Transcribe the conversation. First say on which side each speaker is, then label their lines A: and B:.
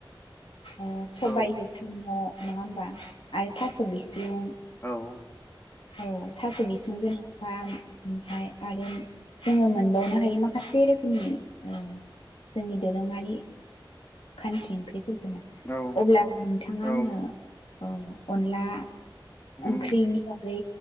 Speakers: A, on the left; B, on the left.
A: ओ सबायजो
B: औ
A: साम' । नङा होमबा आरो थास' बिसुं
B: औ ।
A: औ थास' बिसुंजों ना । फाम ओमफफ्राय आरो जोङो मोनबावनो हायो माखासे रोखोमनि ओ जोंनि दोरोङारि खानखि ओंख्रि । फोरखनो
B: औ
A: अब्ला नोंथाङा
B: औ
A: आंनो औ अनला ।
B: उम
A: ओंख्रिनि बागै